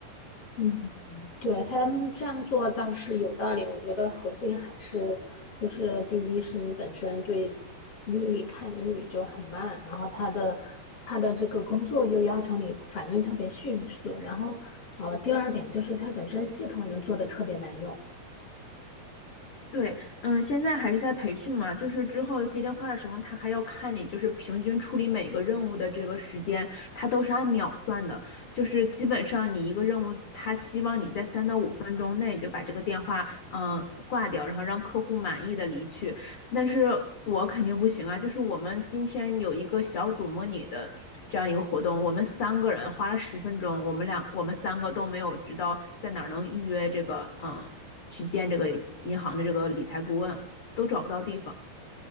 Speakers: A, on the left (about 40°); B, on the left (about 55°).
A: 嗯，对，他们这样做倒是有道理。我觉得核心还是就是，第一是你本身对英语看英语就很慢，然后他的他的这个工作又要求你反应特别迅速，然后呃，第二点就是它本身系统又做的特别难用，
B: 对，嗯，现在还是在培训嘛，就是之后接电话的时候，他还要看你就是平均处理每个任务的这个时间，他都是按秒算的，就是基本上你一个任务，他希望你在三到五分钟内就把这个电话嗯、呃挂掉，然后让客户满意的离去。但是我肯定不行啊，就是我们今天有一个小组模拟的这样一个活动，我们三个人花了十分钟，我们俩我们三个都没有知道在哪儿能预约这个嗯呃去见这个银行的这个理财顾问，都找不到地方。